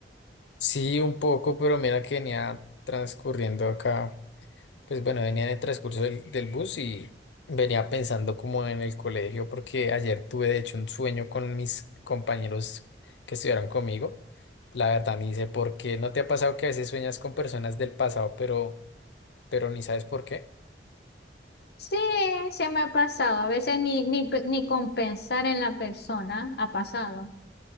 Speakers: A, on the left (about 80°); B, on the left (about 60°).
A: Sí, un poco, pero mira que venía transcurriendo acá, pues bueno, venía en el transcurso del, del bus y venía pensando como en el colegio, porque ayer tuve de hecho un sueño con mis compañeros que estudiaron conmigo. La verdad, ni sé por qué. ¿No te ha pasado que a veces sueñas con personas del pasado, pero, pero ni sabes por qué?
B: Sí, se me ha pasado. A veces ni, ni, pe- ni compensar en la persona ha pasado.